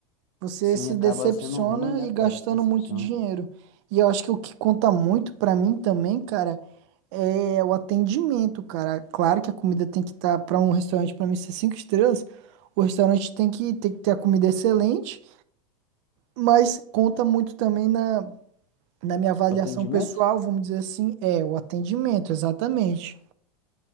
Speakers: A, on the right (about 50°); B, on the left (about 65°).
A: Você
B: Sim,
A: se
B: acaba
A: decepciona
B: sendo ruim, né,
A: e gastando
B: cara? Se decepciona.
A: muito dinheiro. E eu acho que o que conta muito pra mim também, cara, é o atendimento, cara. Claro que a comida tem que estar tá, para um restaurante, pra mim ser cinco estrelas, o restaurante tem que, tem que ter a comida excelente mas conta muito também na, na minha avaliação
B: O atendimento?
A: pessoal, vamos dizer assim, é o atendimento, exatamente.